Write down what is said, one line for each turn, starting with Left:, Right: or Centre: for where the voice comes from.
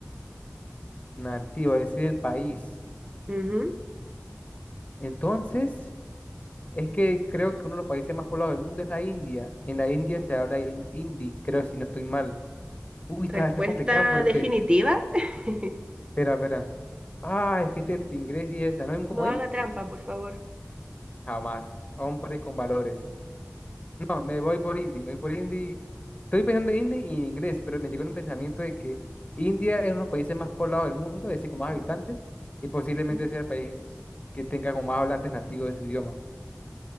Left: Nativo, es decir, el país.
Right: Ujú.
Left: Entonces, Es que creo que uno de los países más poblados del mundo es la India. En la India se habla hin- hindi, creo, si no estoy mal. Uy,
Right: Respuesta
Left: está, está complicado porque.
Right: definitiva. <laughs>
Left: Espera, espera. Ah, es que está entre inglés y esa. ¿No hay un comodín?
Right: No haga trampa, por favor.
Left: Jamás. Hombre con valores. No, me voy por hindi. Me voy por hindi. Estoy pensando en hindi y en inglés, pero me llegó un pensamiento de que India es uno de los países más poblados del mundo, es decir, con más
Right: Ujú,
Left: habitantes, y posiblemente
Right: ujú.
Left: sea el país que tenga con más hablantes nativos de su idioma.